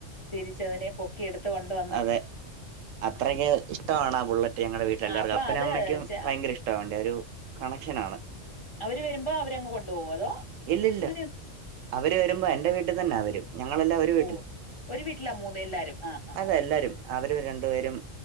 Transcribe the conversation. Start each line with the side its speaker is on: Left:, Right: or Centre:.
Left: തിരിച്ചതിനെ പൊക്കി എടുത്തുണ്ടോ
Right: അതെ അത്രക്കെ ഇഷ്ടമാണ് ആ ബുള്ളറ്റ് ഞങ്ങളടെ വീട്ടിലെല്ലാവർക്കും
Left: ആഹ് അപ്പൊ
Right: അപ്പനും
Left: അത്
Right: അമ്മയ്ക്കും
Left: ച
Right: ഭയങ്കര ഇഷ്ടവണ്ട ഒരു കണക്ഷൻ ആണ്
Left: അവര് വരുമ്പോ അവരങ്ങ് കൊണ്ടു പോക അതോ
Right: ഇല്ലില്ല
Left: അങ്ങനെ
Right: അവര് വരുമ്പോ എന്റെ വീട്ടിൽ തന്നാ വരും ഞങ്ങളെല്ലാം ഒരു
Left: ഓ ഒരു വീട്ടിലാ മൂന്ന് എല്ലാരും ആഹ ആ
Right: അതെ എല്ലരും അവർ രണ്ടു പേരും